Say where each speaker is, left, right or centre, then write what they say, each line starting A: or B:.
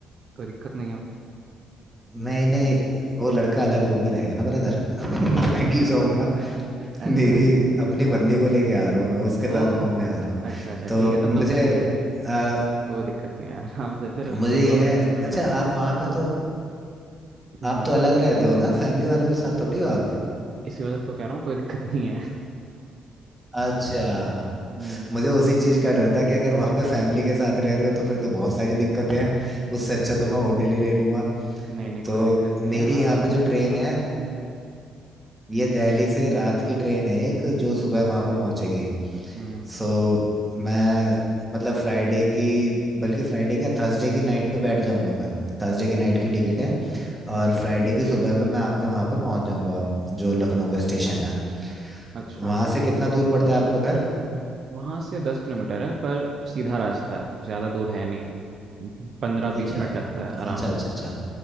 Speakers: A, on the right (about 45°); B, in the centre.
A: कोई दिक्कत नहीं है
B: नहीं नहीं वो लड़का अलग रूम में रहेगा ना ब्रदर <laughs> मैं क्यों जाऊंगा
A: अच्छा
B: मेरी
A: अच्छा
B: अपनी बंदी को लेके आ रहा हूँ मैं उसके
A: ओह
B: साथ घूमने आ रहा हूँ
A: अच्छा अच्छा
B: तो
A: ठीक है तब
B: मुझे
A: तो फिर ठीक है
B: आ,
A: कोई दिक्कत नहीं है <laughs> आराम से फिर तुम
B: मुझे यह
A: लोग अपने
B: है
A: कमरे में
B: अच्छा
A: रहना
B: आप वहां पे तो
A: हम्म
B: आप तो अलग रहते हो ना फैमिली वालों के साथ थोड़ी हो आप
A: इसी वजह से तो कह रहा हूँ कोई दिक्कत नहीं है
B: अच्छा
A: हम्म
B: मुझे उसी चीज का डर था कि अगर वहां पे फैमिली के साथ रह रहे हो तो फिर तो बहुत सारी दिक्कतें हैं उससे अच्छा तो मैं होटल ही ले लूंगा
A: नहीं नहीं कोई
B: तो
A: दिक्कत नहीं
B: मेरी
A: है
B: यहाँ
A: आराम
B: पे
A: से
B: जो ट्रेन है
A: हाँ
B: ये दिल्ली से रात की ट्रेन है एक जो सुबह वहां पे पहुंचेगी
A: हम्म
B: सो मैं मतलब फ्राइडे की बल्कि फ्राइडे क्या थर्सडे की नाइट पे बैठ जाऊंगा मैं थर्सडे की नाइट की टिकट है और फ्राइडे की सुबह पे मैं आपके वहां पे पहुंच जाऊंगा जो लखनऊ का स्टेशन है
A: अच्छा
B: वहां से कितना दूर पड़ता है आपका घर
A: वहाँ से दस किलोमीटर है पर सीधा रास्ता है ज़्यादा दूर है नहीं पंद्रह
B: अच्छा
A: बीस मिनट लगता है आराम
B: अच्छा अच्छा
A: से
B: अच्छा